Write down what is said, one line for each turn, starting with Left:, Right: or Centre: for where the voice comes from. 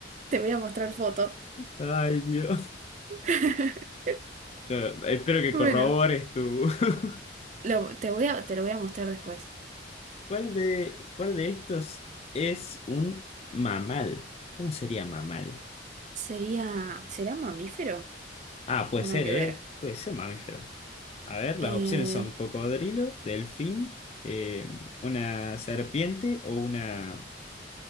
Right: Te voy a mostrar foto.
Left: Ay, Dios.
Right: <laughs>
Left: Yo espero que
Right: Bueno,
Left: corrobores tu... <laughs>
Right: lo- te voy a, te lo voy a mostrar después.
Left: ¿Cuál de, cuál de estos es un mamal? ¿Cómo sería mamal?
Right: Sería, ¿será mamífero?
Left: Ah, puede
Right: Una
Left: ser,
Right: que
Left: ¿eh?
Right: ver.
Left: Puede ser mamífero. A ver, las
Right: Eh,
Left: opciones son cocodrilo, delfín, eh, una serpiente o una